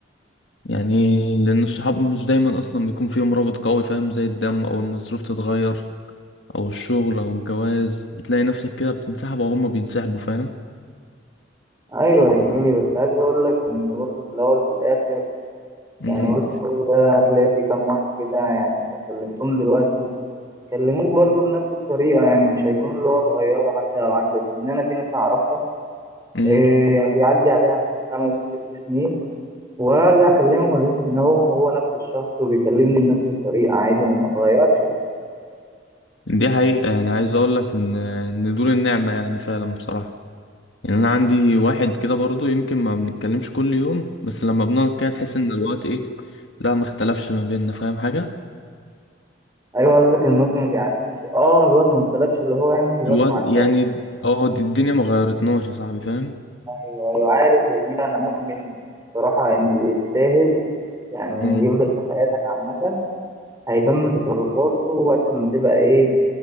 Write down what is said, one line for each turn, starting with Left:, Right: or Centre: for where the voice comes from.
Left: يعني لأن الصحاب مش دايما أصلا بيكون فيهم رابط قوي فاهم زي الدم أو المصروف تتغير أو الشغل أو الجواز بتلاقي نفسك كده بتنسحب أو هما بينسحبوا فاهم؟
Right: ايوه يا زميلي بس عايز اقول لك ان برضه في الاول وفي الاخر
Left: امم
Right: يعني وسط كل ده هتلاقي في كام واحد كده يعني لو كلمتهم دلوقتي يكلموك برضه بنفس الطريقه يعني مش هيكون اللي هو اتغيروا حتى لو عدى سنين انا في ناس اعرفها
Left: امم
Right: إيه يعني بيعدي عليها مثلا خمس وست سنين وارجع اكلمهم الاقيهم انهم هو نفس الشخص وبيكلمني بنفس الطريقه عادي وما اتغيرش يعني
Left: دي حقيقة يعني عايز أقول لك إن إن دول النعمة يعني فعلا بصراحة يعني انا عندي واحد كده برضو يمكن ما بنتكلمش كل يوم بس لما بنقعد كده نحس ان الوقت ايه لا ما اختلفش ما بيننا فاهم حاجة
Right: ايوه قصدك ان الوقت ما بيعديش اه الوقت ما اختلفش اللي هو يعني الوقت
Left: الوقت
Right: ما عداش
Left: يعني اه دي- الدنيا ما غيرتناش يا صاحبي فاهم
Right: ايوه ايوه عارف يا زميلي انا مؤمن الصراحه ان اللي يستاهل يعني
Left: امم
Right: يفضل في حياتك عامه هيبان من تصرفاته وقت ما تبقى ايه